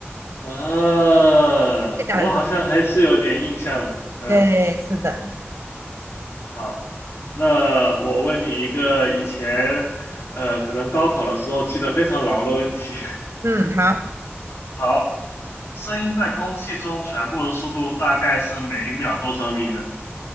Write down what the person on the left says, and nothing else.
啊，
我好像还是有点印象的，嗯，
好，那我问你一个以前，呃，可能高考的时候记得非常牢的问题，<laughs>
好，声音在空气中传播的速度大概是每一秒多少米呢？